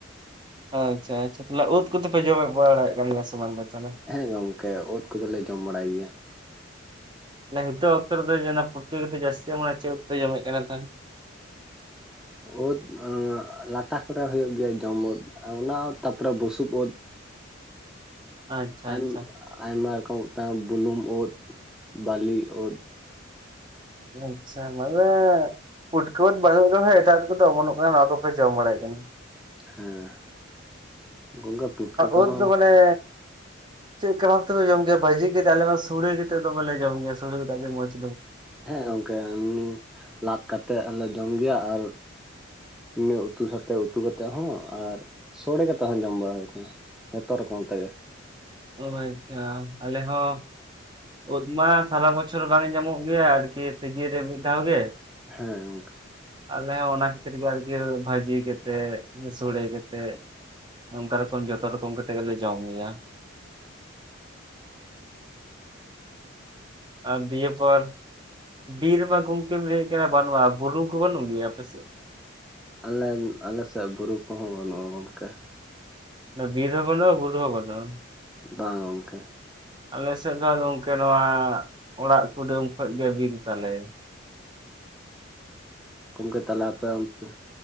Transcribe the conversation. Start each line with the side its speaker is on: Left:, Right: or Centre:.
Right: ᱟᱪᱪᱷᱟ ᱟᱪᱪᱷᱟ ᱾ ᱛᱟᱦᱚᱞᱮ ᱩᱫ ᱠᱚᱫᱚ ᱯᱮ ᱡᱚᱢᱮᱫ ᱵᱟᱲᱟᱭᱮᱫ ᱠᱟᱱ ᱜᱮᱭᱟ ᱥᱮ ᱵᱟᱝ ᱫᱚ ᱛᱟᱦᱚᱞᱮ?
Centre: ᱦᱮᱸ ᱜᱚᱝᱠᱮ ᱚᱫ ᱠᱚᱫᱚᱞᱮ ᱡᱚᱢ ᱵᱟᱲᱟᱭ ᱜᱮᱭᱟ ᱾
Right: ᱱᱤᱛᱚᱜ ᱚᱠᱛᱚ ᱨᱮᱫᱚ ᱯᱩᱴᱠᱟᱹ ᱠᱟᱛᱮ ᱡᱟᱹᱥᱛᱤ ᱚᱢᱚᱱᱚᱜᱼᱟ ᱪᱮᱫ ᱩᱫ ᱠᱚ ᱯᱮ ᱡᱚᱢᱮᱫ ᱠᱟᱱ ᱛᱟᱦᱚᱞᱮ?
Centre: ᱳᱫ ᱞᱟᱴᱟ ᱠᱚᱨᱮ ᱦᱩᱭᱩᱜ ᱜᱮᱭᱟ ᱡᱚᱢ ᱳᱫ ᱾ ᱚᱱᱟ ᱛᱟᱯᱚᱨᱮ ᱵᱩᱥᱩᱵ ᱳᱫ
Right: <inaudible>
Centre: ᱟᱭ
Right: ᱟᱪᱪᱷᱟ
Centre: ᱟᱭᱢᱟ ᱨᱚᱠᱚᱢ ᱳᱫ ᱛᱟᱦᱮᱱᱟ ᱵᱩᱞᱩᱝ ᱳᱫ, ᱵᱟᱹᱞᱤ ᱳᱫ
Right: ᱟᱪᱪᱷᱟ ᱢᱟᱞᱮ ᱯᱩᱴᱠᱟᱹ ᱳᱫ ᱵᱟᱹᱱᱩᱜ ᱨᱮᱦᱚᱸ ᱮᱴᱟᱜ ᱳᱫ ᱠᱚᱫᱚ ᱚᱢᱚᱱᱚᱜ ᱠᱟᱱᱟ ᱱᱚᱣᱟ ᱠᱚᱯᱮ ᱡᱚᱢ ᱵᱟᱲᱟᱭᱮᱫ ᱠᱟᱱᱟ ᱾
Centre: ᱦᱮᱸ ᱜᱚᱝᱠᱮ ᱯᱩᱴᱠᱟᱹ ᱠᱚᱦᱚᱸ
Right: ᱳᱫ ᱫᱚ ᱢᱟᱱᱮ ᱪᱮᱫ ᱠᱟ ᱵᱷᱟᱵ ᱛᱮᱯᱮ ᱡᱚᱢ ᱜᱮᱭᱟ ᱵᱷᱟᱹᱡᱤ ᱠᱟᱛᱮᱜ ᱟᱞᱮ ᱢᱟ ᱥᱳᱲᱮ ᱠᱟᱛᱮᱜ ᱫᱚᱢᱮ ᱞᱮ ᱡᱚᱢ ᱜᱮᱭᱟ, ᱥᱚᱲᱮ ᱠᱟᱛᱮᱜ ᱟᱹᱰᱤ ᱢᱚᱡᱽ ᱾
Centre: ᱦᱮᱸ ᱜᱚᱝᱠᱮ ᱮᱢᱱᱤ ᱞᱟᱫ ᱠᱟᱛᱮᱫ ᱦᱚᱞᱮ ᱡᱚᱢ ᱜᱮᱭᱟ ᱟᱨ ᱤᱱᱟᱹ ᱩᱛᱩ ᱥᱟᱛᱮ ᱩᱛᱩ ᱠᱟᱛᱮᱜ ᱦᱚᱸ ᱟᱨ ᱥᱚᱲᱮ ᱠᱟᱛᱮᱜ ᱦᱚᱸ ᱡᱚᱢ ᱵᱟᱲᱟ ᱦᱩᱭ ᱟᱠᱟᱱᱟ ᱾ ᱡᱷᱚᱛᱚ ᱨᱚᱠᱚᱢ ᱛᱮᱜᱮ ᱾
Right: ᱚ ᱟᱪᱪᱷᱟ ᱾ ᱟᱞᱮ ᱦᱚᱸ ᱳᱫ ᱢᱟ ᱥᱟᱨᱟ ᱵᱚᱪᱷᱚᱨ ᱵᱟᱝ ᱧᱟᱢᱚᱜ ᱜᱮᱭᱟ ᱟᱨᱠᱤ ᱥᱤᱡᱤᱱ ᱨᱮ ᱢᱤᱫ ᱫᱷᱟᱣ ᱜᱮ ᱾
Centre: ᱦᱮᱸ ᱜᱚᱝᱠᱮ
Right: ᱟᱞᱮ ᱦᱚᱸ ᱚᱱᱟ ᱠᱷᱟᱛᱤᱨ ᱜᱮ ᱟᱨᱠᱤ ᱵᱷᱟᱹᱡᱤ ᱠᱟᱛᱮᱫ, ᱥᱳᱚᱲᱮ ᱠᱟᱛᱮᱫ ᱱᱚᱝᱠᱟᱚᱠᱚᱢ ᱡᱚᱛᱚ ᱨᱚᱠᱚᱢᱠᱟ ᱛᱮ ᱜᱮᱮᱞᱮ ᱡᱚᱢ ᱢᱮᱭᱟ ᱟᱨ ᱫᱤᱭᱟᱹᱯᱚᱨ ᱵᱤᱨ ᱢᱟ ᱜᱚᱢᱠᱮ ᱞᱟᱹᱭ ᱠᱮᱫ ᱵᱟᱹᱱᱩᱜ-ᱟ ᱵᱩᱨᱩ ᱠᱚ ᱵᱟᱹᱱᱩᱜ ᱜᱮ ᱟᱯᱮ ᱥᱮᱫ
Centre: ᱟᱞᱮ ᱟᱞᱮᱥᱮᱫ ᱵᱩᱨᱩ ᱠᱚᱦᱚᱸ ᱵᱟᱹᱱᱩᱜᱼᱟ ᱜᱚᱝᱠᱮ
Right: ᱚᱱᱟ ᱵᱤᱨ ᱦᱚᱸ ᱵᱟᱹᱱᱩᱜ-ᱟ ᱵᱩᱨᱩ ᱦᱚ ᱵᱟᱹᱱᱩᱜ-ᱟ ᱾
Centre: ᱵᱟᱝ ᱜᱚᱝᱠᱮ
Right: ᱟᱞᱮ ᱥᱮᱫ ᱫᱚ ᱱᱚᱝᱠᱟᱱᱟᱜ ᱚᱲᱟᱜ ᱠᱩᱰᱟᱹᱢ ᱠᱷᱚᱡ ᱜᱮ ᱵᱤᱨ ᱛᱟᱞᱮ
Centre: ᱜᱚᱢᱠᱮ ᱛᱟᱦᱚᱞᱮ ᱟᱯᱮ ᱚᱱᱛᱮ